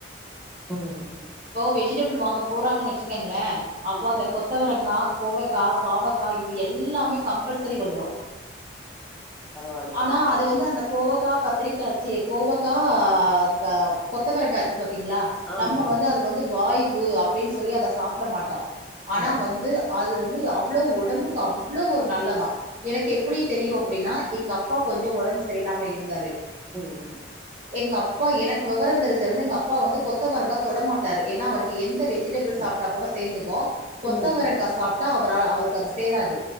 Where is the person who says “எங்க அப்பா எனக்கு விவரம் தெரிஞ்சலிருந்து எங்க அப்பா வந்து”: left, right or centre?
Right